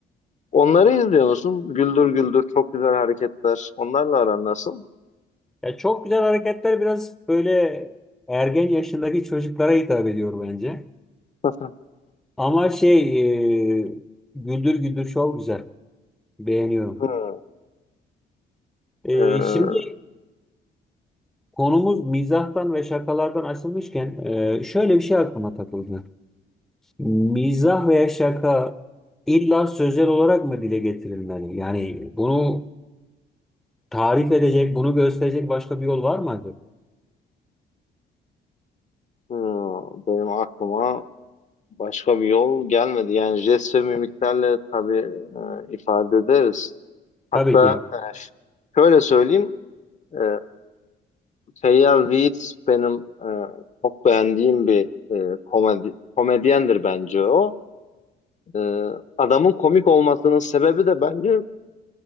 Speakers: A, on the left; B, in the centre.
A: Onları izliyor musun? Güldür Güldür çok güzel hareketler. Onlarla aran nasıl?
B: Ya çok güzel hareketler biraz böyle ergen yaşındaki çocuklara hitap ediyor bence.
A: <laughs>
B: Ama şey e, Güldür Güldür Show güzel. Beğeniyorum.
A: Hı,
B: E,
A: e,
B: şimdi konumuz mizahtan ve şakalardan açılmışken e, şöyle bir şey aklıma takıldı. Mizah veya şaka illa sözel olarak mı dile getirilmeli? Yani bunu tarif edecek, bunu gösterecek başka bir yol var mı acaba?
A: hı, benim aklıma başka bir yol gelmedi. Yani jest ve mimiklerle tabii e, ifade ederiz. Hatta
B: Tabii ki.
A: e, ş- şöyle söyleyeyim. E, Feyyaz Yiğit benim e, çok beğendiğim bir e, komedi, komedyendir bence o. E, adamın komik olmasının sebebi de bence